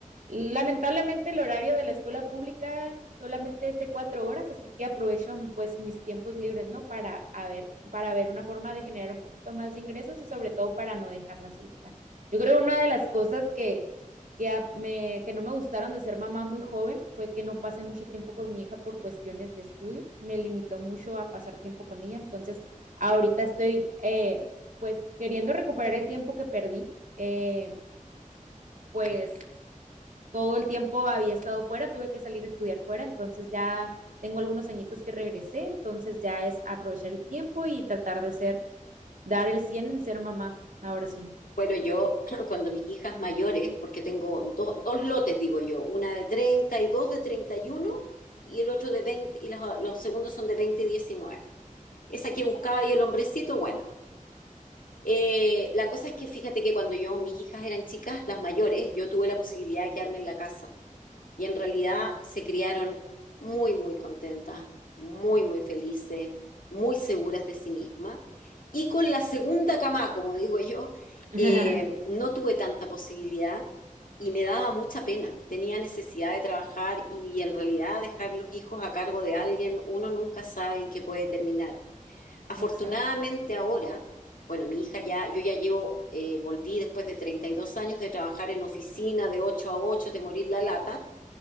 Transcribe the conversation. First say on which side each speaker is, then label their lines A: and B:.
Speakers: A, on the right; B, on the left.
A: lamentablemente, el horario de la escuela pública solamente es de cuatro horas, así que aprovecho, pues, mis tiempos libres, ¿no? Para a ver, para ver una forma de generar un poquito más de ingresos y sobre todo para no dejarla solita. Yo creo que una de las cosas que que, a- me, que no me gustaron de ser mamá muy joven fue que no pasé mucho tiempo con mi hija por cuestiones de estudio. Me limitó mucho a pasar tiempo con ella. Entonces, ahorita estoy eh, pues queriendo recuperar el tiempo que perdí. Eh, pues todo el tiempo había estado fuera, tuve que salir a estudiar fuera. Entonces ya tengo algunos añitos que regresé. Entonces ya es aprovechar el tiempo y tratar de ser, dar el 100 en ser mamá. Ahora sí.
B: Bueno, yo <clears throat> cuando mis hijas mayores, porque tengo dos, dos lotes, digo yo, una de treinta y dos de treinta y uno y el otro de 20 y los, los segundos son de 20 y 19. Esa que buscaba y el hombrecito, bueno. Eh, la cosa es que fíjate que cuando yo, mis hijas eran chicas, las mayores, yo tuve la posibilidad de quedarme en la casa y en realidad se criaron muy, muy contentas, muy, muy felices, muy seguras de sí mismas. Y con la segunda cama, como digo yo,
A: <laughs>
B: eh, no tuve tanta posibilidad y me daba mucha pena. Tenía necesidad de trabajar y en realidad dejar los hijos a cargo de alguien, uno nunca sabe en qué puede terminar. Afortunadamente
A: Exacto.
B: ahora, bueno, mi hija ya, yo ya llevo, eh, volví después de 32 años de trabajar en oficina de 8 a 8 de morir la lata,